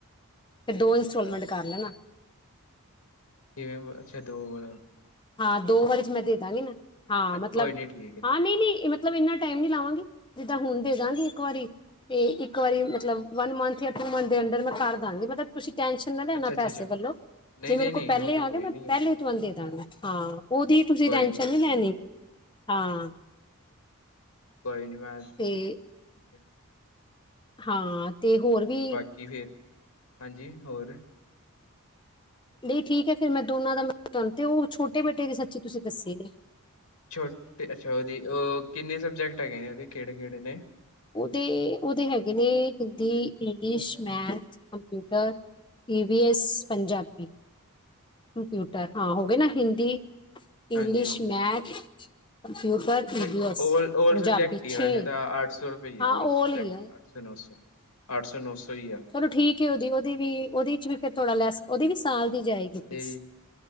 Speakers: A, on the left; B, on the left.
A: ਫੇਰ
B: ਤੇਰਾਂ
A: ਦੋ
B: ਹਜ਼ਾਰ
A: ਇੰਸਟਾਲਮੈਂਟ
B: ਕਰਤਾ
A: ਕਰ ਲੈਣਾ
B: ਕਿਵੇਂ ਅੱਛਾ ਦੋ ਵ
A: ਹਾਂ ਦੋ ਵਾਰੀ ਚ ਮੈਂ ਦੇ ਦਾਂਗੀ ਨਾ, ਹਾਂ ਮਤਲਬ,
B: ਕੋਈ ਨੀ ਠੀਕ ਹੈ
A: ਹਾਂ
B: ਠੀਕ
A: ਨਈ
B: ਹੈ
A: ਨਈ ਮ ਮਤਲਬ ਇੰਨਾ ਟਾਈਮ ਨੀ ਲਾਵਾਂਗੀ ਜਿੱਦਾਂ ਹੁਣ ਦੇ ਦਾਂਗੀ ਇੱਕ ਵਾਰੀ ਤੇ ਇੱਕ ਵਾਰੀ ਮਤਲਬ ਵਨ ਮੰਥ ਅੱਠ
B: ਹਾਂ
A: ਮੰਥ ਦੇ ਅੰਡਰ ਮੈਂ ਕਰ ਦਾਂਗੀ ਮਤਲਬ ਤੁਸੀਂ ਟੈਂਨਸ਼ਨ ਨਾ ਲੈਣਾ
B: ਅੱਛਾ ਅੱਛਾ
A: ਪੈਸੇ
B: ਅੱਛਾ
A: ਵੱਲੋਂ
B: ਨਹੀਂ
A: ਜੇ ਮੇਰੇ
B: ਨਹੀਂ
A: ਕੋਲ
B: ਨਹੀਂ
A: ਪਹਿਲੇ
B: ਉਹ ਤਾਂ ਕੋਈ
A: ਆਗੇ ਮੈਂ
B: ਨੀ
A: ਪਹਿਲੇ
B: ਉਹ ਤਾਂ
A: ਤੁਹਾਨੂੰ ਦੇਦਾਂਗੀ। ਹਾਂ ਉਹਦੀ
B: ਅੱਛਾ ਅੱਛਾ
A: ਤੁਸੀਂ
B: ਕੋਈ
A: ਟੈਸ਼ਨ
B: ਨੀ ਜੀ
A: ਨਈ ਲੈਣੀ,
B: ਕੋਈ
A: ਹਾਂ।
B: ਕੋਈ ਨੀ ਮੈ
A: <unintelligible>
B: ਠੀਕ ਏ, ਠੀਕ ਐ।
A: ਹਾਂ ਤੇ ਹੋਰ ਵੀ
B: ਕੀ ਫੇਰ, ਹਾਂਜੀ ਹੋਰ?
A: ਨਈ ਠੀਕ ਐ ਫਿਰ ਮੈਂ ਦੋਨਾਂ ਦਾ <inaudible> ਤੇ ਉਹ ਛੋਟੇ ਬੇਟੇ ਦੀ ਸੱਚੀ ਤੁਸੀਂ ਦੱਸੀ ਨੀ।
B: ਛੋਟੇ ਅੱਛਾ ਉਹਦੀ ਕਿੰਨੇ ਸਬਜੈਕਟ ਹੈਗੇ ਨੇ ਉਹਦੇ ਕਿਹੜੇ-ਕਿਹੜੇ ਨੇ?
A: ਉਹਦੇ ਉਹਦੇ ਹੈਗੇ ਨੇ ਹਿੰਦੀ, ਇੰਗਲਿਸ਼, ਮੈਥ, ਕੰਪਿਊਟਰ ਈ ਵੀ ਐਸ, ਪੰਜਾਬੀ, ਕੰਪਿਊਟਰ, ਹਾਂ ਹੋ ਗਏ ਨਾ ਹਿੰਦੀ ਇੰਗਲਿਸ਼,
B: ਹਾਂਜੀ ਹਾਂਜੀ
A: ਮੈਥ ਕੰਪਿਊਟਰ ਈ
B: ਦੇਖੋ
A: ਵੀ ਐਸ
B: ਓਲਡ
A: ਪੰਜਾਬੀ
B: ਸਬਜੈਕਟ ਹੀ
A: ਛੇ
B: ਹੈ ਵੈਸੇ ਤਾਂ ਆਰਟਸ ਸੌ ਰੁਪਈਆ
A: ਹਾਂ ਓਲ
B: ਸਬੈਕਟ
A: ਹੀ ਆ
B: ਅੱਠ ਸੌ ਨੌ ਸੌ ਅੱਠ ਸੌ, ਨੌ ਸੌ, ਹੀ ਆ।
A: ਚਲੋ ਠੀਕ ਉਹਦੀ ਉਹਦੀ ਵੀ, ਉਹਦੇ ਚ ਵੀ ਫਿਰ ਥੋੜਾ ਲੈਸ ਉਹਦੀ ਵੀ ਸਾਲ ਦੀ ਜਾਏਗੀ ਫੀਸ
B: ਅਤੇ